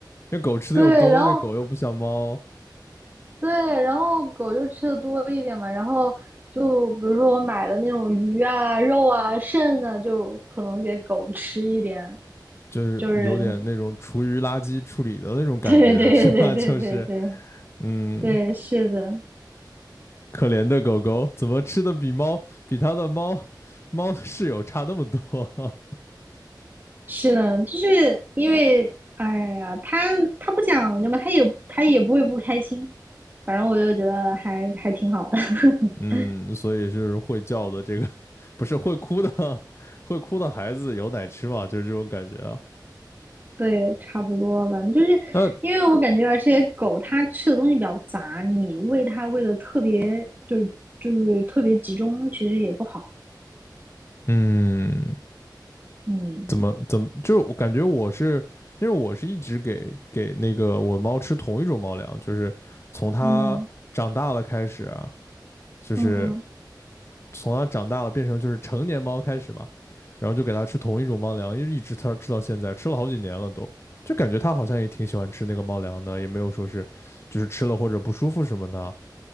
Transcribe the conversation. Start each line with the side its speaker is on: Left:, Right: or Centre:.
Left: 那狗吃的又多，
Right: 对，然后
Left: 狗又不像猫。
Right: 对，然后狗就吃的多一点嘛。然后就比如说我买的那种鱼啊、肉啊、肾啊，就可能给狗吃一点。
Left: 就是有点那种厨余垃圾处理的那种感觉，
Right: 就是 <laughs> 对对对对对对
Left: <laughs> 是吧？就是嗯，
Right: 对，是的。
Left: 可怜的狗狗怎么吃的比猫比它的猫猫室友差那么多？
Right: 是的，就是因为，哎呀，他他不讲究嘛，他也他也不会不开心，反正我就觉得还还挺好的，<laughs>
Left: <laughs> 嗯，所以就是会叫的这个不是会哭的 <laughs> 会哭的孩子有奶吃嘛？就是这种感觉啊。
Right: 对，差不多吧。就是
Left: 那
Right: 因为我感觉，而且狗它吃的东西比较杂，你喂它喂的特别，就是就是特别集中，其实也不好。
Left: 嗯，
Right: 嗯
Left: 怎么怎么就是我感觉我是。因为我是一直给给那个我猫吃同一种猫粮，就是从它长大了开始啊，
Right: 嗯
Left: 就是
Right: 嗯嗯。
Left: 从它长大了变成就是成年猫开始嘛，然后就给它吃同一种猫粮，一直它吃到现在，吃了好几年了都，就感觉它好像也挺喜欢吃那个猫粮的，也没有说是就是吃了或者不舒服什么的，